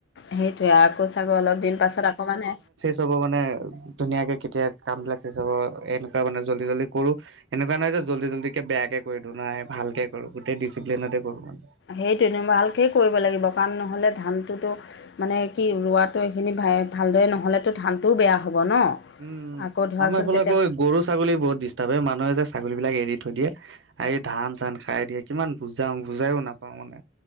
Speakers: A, on the left; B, on the right.
A: সেইটোয়ে আকৌ চাগে অলপ দিন পাছত আকৌ মানে
B: চব মানে ধুনীয়াকে কেতিয়া কামবিলাক চবৰ এনেকুৱা মানে জল্দি-জল্দি কৰোঁ। এনেকুৱা নাই যে জল্দি-জল্দিকে বেয়াকে কৰি দিওঁ, নাই ভালকে কৰো, গোটেই ডিচিপ্লিনতে কৰো মানে।
A: সেইটোৱেনো ভালকেই কৰিব লাগিব। কাৰণ নহ'লে ধানতোটো মানে কি ৰোৱাটো এইখিনি ভা ভালদৰে নহ'লেতো ধানটোও বেয়া হ'ব ন।
B: উম-উম,
A: আকৌ ধৰাচোন
B: আমাৰ এইফালে
A: তেতিয়া
B: আকৌ এই গৰু, ছাগলী বহুত ডিষ্টাৰ্ব। এ মানুহে যে ছাগলী বিলাক এৰি থৈ দিয়ে। আহি ধান-চান খাই দিয়ে। কিমান বুজাওঁ বুজায়ো নাপাওঁ মানে।